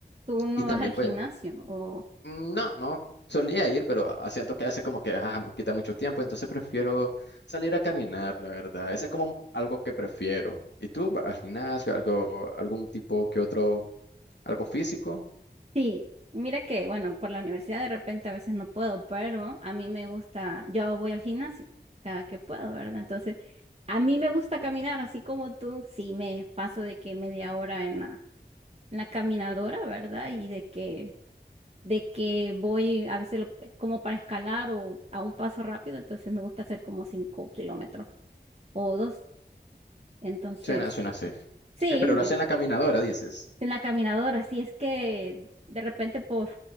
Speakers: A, on the right; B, on the left.
A: tú no
B: Y también
A: vas al gimnasio
B: pues
A: o
B: Mm, No, no solía ir, pero ah, siento que a veces como que ah, mu- quita mucho tiempo, entonces prefiero salir a caminar, la verdad. Eso es como un- algo que prefiero. ¿Y tú vas al gimnasio, algo, algún tipo que otro, algo físico?
A: sí. Mira que, bueno, por la universidad de repente a veces no puedo, pero a mí me gusta, yo voy al gimnasio cada que puedo, ¿verdad? Entonces, a mí me gusta caminar, así como tú, sí me paso de que media hora en la, en la caminadora, ¿verdad? Y de que de que voy a veces lo- como para escalar o a un paso rápido, entonces me gusta hacer como cinco kilómetros o dos. Entonces,
B: Suena, suena así. Eh,
A: sí,
B: pero
A: me-
B: lo hacen en la caminadora, dices.
A: en la caminadora, así es que de repente por,